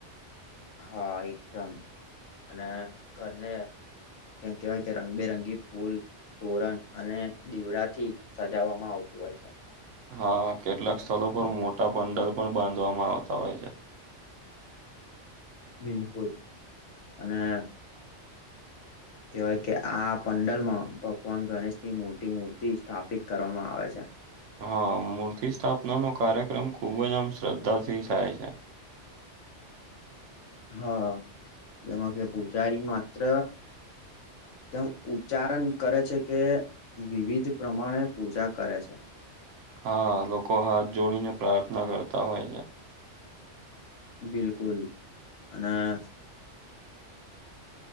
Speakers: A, on the left; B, on the right.
A: હા એકદમ અને ઘરને ક્યા કહેવાય કે રંગબેરંગી ફૂલ તોરંત અને દીવડા થી સજાવવામાં આવતું હોય છે.
B: હા કેટલાક સ્થલો પર મોટા પંડલ પણ બાંધવામાં આવતા હોય છે.
A: બિલકુલ અને કવાય કે આ પંડલ માં ભગવાન ગણેશ ની મોટી મૂર્તિ સ્થાપિત કરવામાં આવે છે.
B: હા મૂર્તિ સ્થાપના નો કાર્યક્રમ ખુબ જ આમ શ્રદ્ધાથી થાય છે.
A: હા એમાં કે પૂજારી માત્ર જેમ ઉચ્ચારણ કરે છે કે વિવિધ પ્રમાણે પૂજા કરે છે.
B: હા લોકો હાથ જોડીને પ્રાર્થના કરતા હોય છે.
A: બિલકુલ અને.